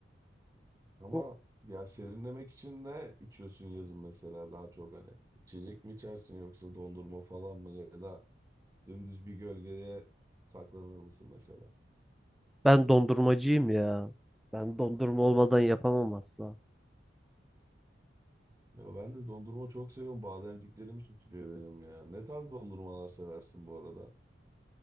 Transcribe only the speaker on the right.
Ama
ya serinlemek için de içiyorsun yazın mesela daha çok hani. İçecek mi içersin yoksa dondurma falan mı ya da dümdüz bir gölgeye saklanır mısın mesela?
Ya ben de dondurma çok seviyorum. Bademciklerim için tutuyor benim ya. Ne tarz dondurmalar seversin bu arada?